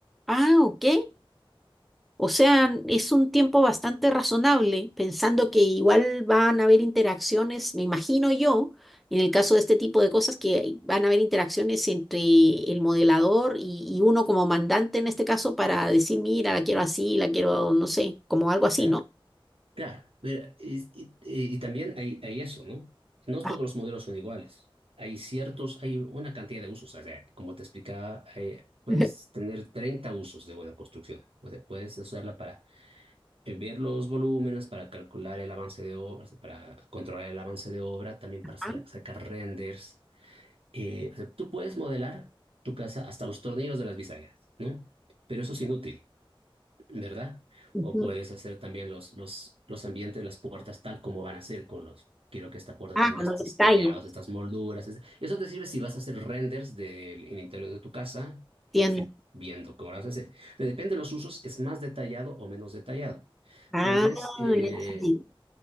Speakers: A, in the centre; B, on the right.
A: Ah, ok. O sea, es un tiempo bastante razonable, pensando que igual van a haber interacciones, me imagino yo, en el caso de este tipo de cosas, que van a haber interacciones entre el modelador y, y uno como mandante en este caso para decir, mira, la quiero así, la quiero, no sé, como algo así,
B: Claro,
A: ¿no?
B: claro. Mira, es- y, y- y también hay, hay eso, ¿no? No todos
A: Ah,
B: los modelos son iguales. Hay ciertos, hay una cantidad de usos. O sea, como te explicaba, eh, puedes
A: <laughs>
B: tener 30 usos de una construcción. O sea, puedes usarla para eh, ver los volúmenes para calcular el avance de obra, o sea, para controlar el avance de obra, también para sa-
A: ah,
B: sacar renders. Eh, o sea, tú puedes modelar tu casa hasta los tornillos de las bisagras, ¿no? Pero eso es inútil. ¿verdad?
A: ujú.
B: O puedes hacer también los, los, los ambientes, las puertas tal como van a ser con los... Quiero que esta puerta
A: Ah,
B: tenga
A: con
B: estos
A: los detalles,
B: tallados, estas molduras. este- Eso te sirve si vas a hacer renders del el interior de tu casa y
A: entiendo.
B: vas a ir viendo cómo lo vas a hacer. Depende de los usos, es más detallado o menos detallado.
A: Ah,
B: Tal vez, eh,
A: ya entendí.